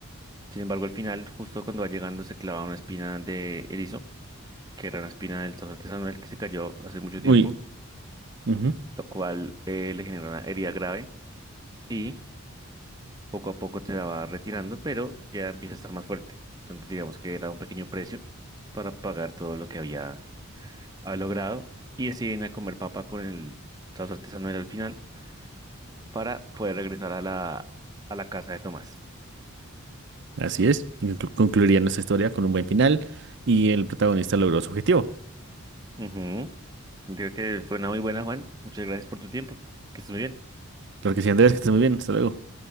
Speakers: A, on the right (about 15°); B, on the right (about 50°).
A: Sin embargo, al final, justo cuando va llegando, se clava una espina de erizo, que era una espina del sauce artesanal que se cayó hace mucho tiempo,
B: Uy, ujú,
A: lo cual eh, le generó una herida grave y poco a poco te la va retirando, pero ya empieza a estar más fuerte. Entonces, digamos que era un pequeño precio para pagar todo lo que había, había logrado y deciden a comer papa con el sauce artesanal al final para poder regresar a la, a la casa de Tomás.
B: Así es. Y conclu- concluiría nuestra historia con un buen final y el protagonista logró su objetivo.
A: Ujú. Creo que fue una muy buena, Juan. Muchas gracias por tu tiempo. Que estés muy bien.
B: Claro que sí, Andrés, que estés muy bien. Hasta luego.